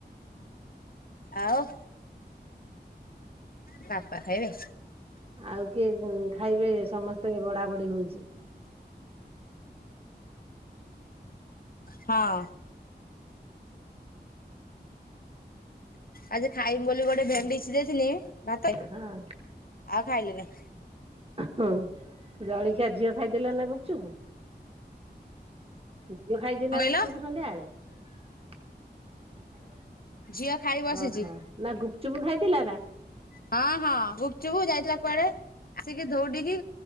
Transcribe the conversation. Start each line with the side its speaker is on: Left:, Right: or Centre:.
Left: ଆଉ ବାପା ଖାଇବେ?
Right: ଆଉ କିଏ ଖାଇବେ ସମସ୍ତେ ବଢା ବଢି ହଉଛି?
Left: ହଁ। ଆଜି ଖାଇମି ବୋଲି ଗୋଟେ ଭେଣ୍ଡି ସିଝେଇଥିଲି ଭାତ
Right: ହଁ।
Left: ଆଉ ଖାଇଲିନି।
Right: ହଁ ଜଳଖିଆ ଝିଅ ଖାଇଦେଲା ନା ଗୁପଚୁପୁ। ମୁଁ ଖାଇଛିି
Left: କଣ
Right: ନା
Left: କହିଲ?
Right: ଗୁପଚୁପ ସନ୍ଧ୍ୟାବେଳେ।
Left: ଝିଅ ଖାଇ ବସିଛି
Right: ଓହୋ ନା ଗୁପଚୁପ ଖାଇଥିଲା ନା?
Left: ହଁ ହଁ ଗୁପଚୁପ ଯାଇଥିଲା କୁଆଡେ ଆସିକି ଧଉଡିକି